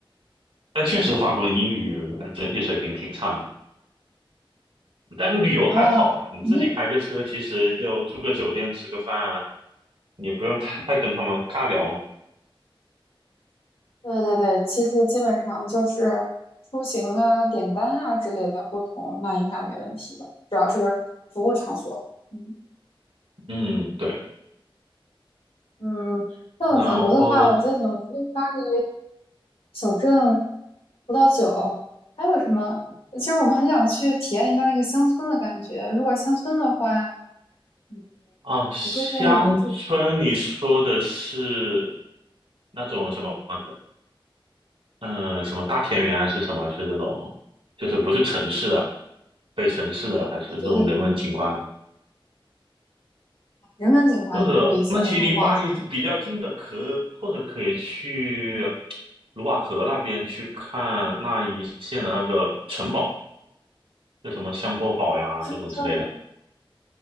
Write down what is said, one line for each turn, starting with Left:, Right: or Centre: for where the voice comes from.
Right: 但确实法国人英语整体水平挺差的。但是旅游还好啦，
Left: 嗯嗯，
Right: 你自己开个车，其实就住个酒店吃个饭啊，你不用太太跟他们尬聊嘛。
Left: 对对对，其实基本上就是出行啊、点单啊之类的沟通，那应该没问题的，主要是服务场所。嗯
Right: 嗯，对。
Left: 嗯，那法国的话，
Right: 然后
Left: 我在想，除了巴黎。小镇葡萄酒，还有什么？其实我们很想去体验一下那个乡村的感觉。如果乡村的话，嗯，
Right: 哦，乡村你说的是
Left: 你会建议我们住
Right: 那种什么的，嗯、什么大田园啊是什么啊？是这种，就是不是城市的，非城市的，还是这种人文景观？
Left: 对对，人文景观多一些，
Right: 或者，那其实离巴黎比较近的可，
Left: 那种瓦，红
Right: 或者可以去卢瓦河那边去看那一线的那个城堡，就什么香波堡呀这种之类的。
Left: 是叫什么